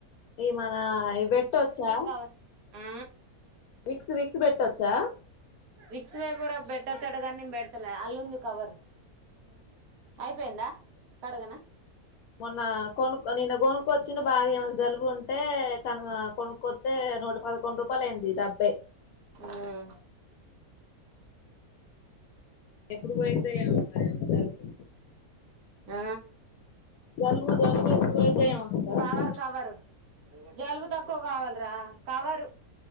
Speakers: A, on the left; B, on the right.
A: ఈ మన ఈ పెట్టొచ్చా
B: కవర్ ఆ
A: విక్స్ మ పెట్టొచ్చా
B: విక్స్ వేపురబ్ పెట్టచ్చట కానీ పెడతన్నా అల్లుంది కవర్
A: ఆ
B: అయిపోయిందా కడగనా
A: మొన్న కొనుక్ నిన్న కొనుకుొచ్చిడు బాగా ఏమకు జలుబుంట టె తను కొను కొ తే నూట పదకొండు రూపాయలు అయింది. డబ్బే
B: ఉమ్
A: ఎప్పుడు పోయిద్దో ఏమో మరి ఇ జలుబు
B: ఆ
A: జలుబు జలుబు ఎప్పుడు పోయిద్దో ఏమో
B: కవర్
A: అక్క
B: కవరు జలుబు తక్కువ కావాలరా కవరు